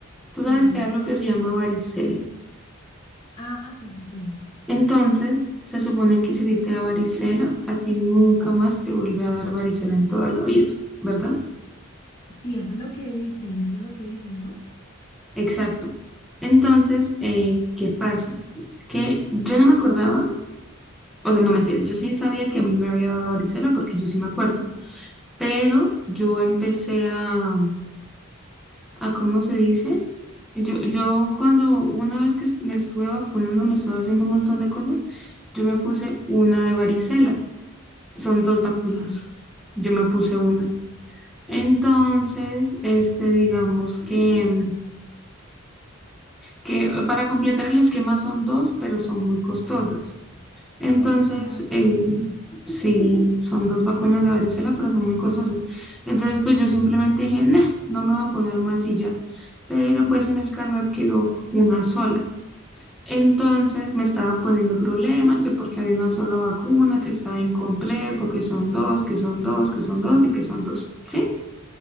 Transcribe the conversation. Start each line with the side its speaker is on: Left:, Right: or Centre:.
Centre: Tú sabes
Left: Sí.
Centre: que hay algo que se llama varicela.
Left: Ah, sí, sí, sí.
Centre: Entonces, se supone que si a ti te da varicela, a ti nunca más te vuelve a dar varicela en toda la vida, ¿verdad?
Left: Sí, eso es lo que dicen, eso es lo que dicen, ¿no?
Centre: Exacto. Entonces, eh, ¿qué pasa? Que yo no me acordaba, o sea, no mentira, yo sí sabía que a mí me había dado varicela porque yo sí me acuerdo, pero yo empecé a a cómo se dice. Yo, yo cuando una vez que es- me estuve vacunando, me estuve haciendo un montón de cosas, yo me puse una de varicela. Son dos
Left: Ok.
Centre: vacunas. Yo me puse una. Entonces, este, digamos que, mm, que para completar el esquema son dos, pero son muy costosas. Entonces,
Left: Ay, ¿cómo así?
Centre: eh, sí, son dos vacunas de varicela, pero son muy costosas. Entonces, pues yo simplemente dije, "Nah, no me voy a poner más y ya. Pero pues en el carnet quedó una sola. Entonces me estaban poniendo problema, que porque había una sola vacuna, que estaba incompleto, que son dos, que son dos, que son dos y que son dos, ¿sí?